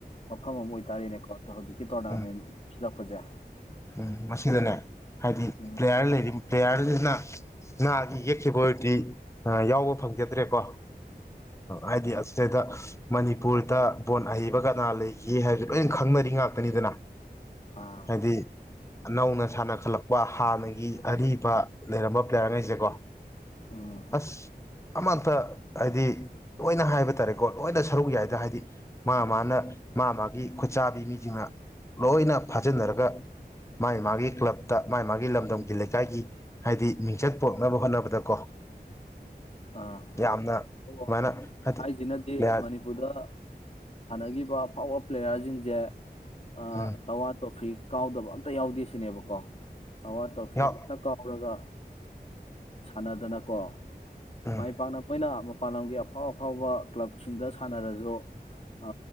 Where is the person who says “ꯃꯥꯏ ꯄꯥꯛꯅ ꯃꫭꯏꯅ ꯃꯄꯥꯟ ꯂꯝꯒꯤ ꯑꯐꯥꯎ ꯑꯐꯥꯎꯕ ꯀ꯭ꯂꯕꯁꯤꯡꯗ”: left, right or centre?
Left